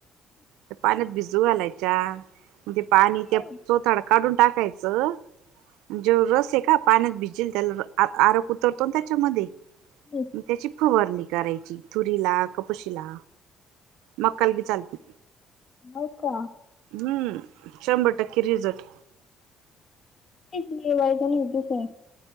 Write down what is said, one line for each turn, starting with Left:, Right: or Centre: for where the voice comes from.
Right: ते पाण्यातत बीस जू घालायच्या म्हणजे पाणी
Left: हम्म.
Right: त्या चोथाड काढून टाकायचं जे रस आहे का पाण्यात भिजेल त्याला आरख उतरतो ना त्याच्यामध्ये
Left: हम्म.
Right: म त्याची खबरणी <unintelligible> करायची तुरी ला क खशला मकल भी चालती
Left: नकवा <unintelligible>
Right: हम्म शंभर टक्के रिझर्ट
Left: ली वाारी तर नाही तस आहे <unintelligible>